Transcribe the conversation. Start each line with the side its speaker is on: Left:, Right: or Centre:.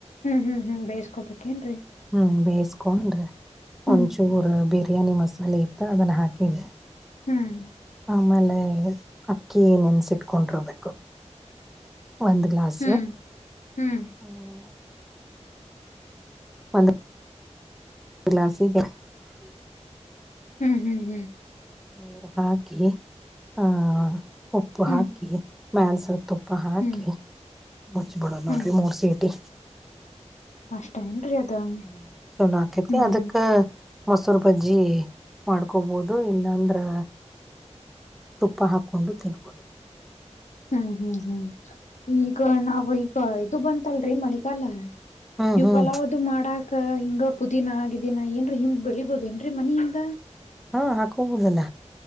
Left: ಹ್ಮ್ ಹ್ಮ್ ಬೇಯಸ್ಕೋಬೇಕೇನ್ರಿ
Centre: ಹ್ಮ್ ಬೇಯಿಸಕೊಂಡ್
Left: ಹ್ಮ್
Centre: ಒಂಚೂರ್ ಬಿರಿಯಾನಿ ಮಸ ಸಲ ಇತ್ತ ಅದನ್ನು ಹಾಕಿದ್ದ
Left: ಹ್ಮ್
Centre: ಆಮೇಲೆ ಅಕ್ಕಿ ನೆನ್ಸಿಟ್ಕೊಂಡಿರ್ಬೇಕು ಒಂದು ಗ್ಲಾಸ್
Left: ಹ್ಮ್ ಹ್ಮ್
Centre: ಹ್ಮ ಒಂದು ಗ್ಲಾಸ್ ಇದೆ
Left: ಹ್ಮ್ ಹ್ಮ್ ಹ್ಮ್
Centre: ನೀರ್ ಹಾಕಿ ಆ ಉಪ್ಪು
Left: ಹ್ಮ್
Centre: ಹಾಕಿ ಮ್ಯಾಲ ಸ್ವಲ್ಪ ತುಪ್ಪ ಹಾಕಿ
Left: ಹ್ಮ್
Centre: ಮುಚ್ಚಬಿಡೋದ್ ನೋಡ್ರಿ
Left: ಹ್ಮ್
Centre: ಮೂರ್ ಸೀಟಿ
Left: ಅಷ್ಟ ಅದ ಹ್ಮ್
Centre: ಹ್ಮ ಸಕತಿ
Left: ಹ್ಮ್
Centre: ಅದಕ್ಕೆ ಸುರುಬಜ್ಜಿ ಮಾಡ್ಕೊಬೋದು ಇಲ್ಲಾಂದ್ರೆ ತುಪ್ಪ ಹಾಕೊಂಡು ತಿನ್ಬೋದು
Left: ಹ್ಮ್ ಹ್ಮ್ ಹ್ಮ್ ಈಗ ನಾವ್ ಈಗ ಇದು ಬಂತಲ್ರಿ ಮಳಗಾಲ
Centre: ಹ್ಮ್
Left: ಇವವು
Centre: ಹ್ಮ್
Left: ಪಲಾವದು ಮಾಡಾಕ್ ಅ ಹಿಂಗ ಪುದೀನ ಆಗಿದ್ದೀನಾ ಏನ್ರೀ ಹಿಂದ್ ಬೆಳಿಬೋದ ಏನ್ರೀ ಮನ ಹಿಂದ
Centre: ಹಾ ಹಾಕೋಗಬೋುದಲ್ಲ